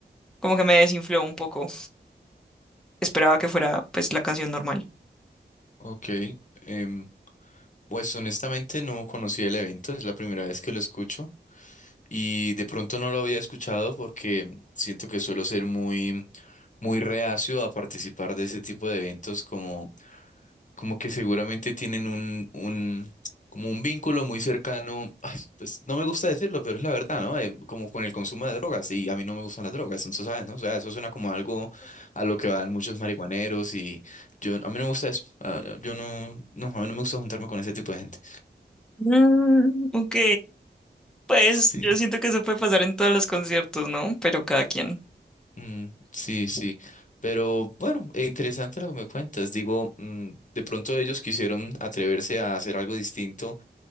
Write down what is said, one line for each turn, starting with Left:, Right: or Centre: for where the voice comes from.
Centre: como que me desinfló un poco. esperaba que fuera pues la canción normal.
Left: Ok. Em, pues honestamente no conocía el evento, es la primera vez que lo escucho. y de pronto no lo había escuchado porque siento que suelo ser muy, muy reacio a participar de ese tipo de eventos como, como que seguramente tienen un, un, como un vínculo muy cercano, ay, pues no me gusta decirlo, pero es la verdad, ¿no? Eh, como con el consumo de drogas y a mí no me gustan las drogas, entonces, ¿sabes? ¿No? O sea, eso suena como algo a lo que van muchos marihuaneros y yo, a mí no me gusta eso, Ah, yo no, no, a mí no me gusta juntarme con ese tipo de gente.
Centre: Mm, ok, pues
Left: Sí.
Centre: yo siento que eso puede pasar en todos los conciertos, ¿no? Pero cada quien.
Left: Mm, sí, sí. Pero bueno, eh, interesante lo que me cuentas. Digo, mm, de pronto ellos quisieron atreverse a hacer algo distinto.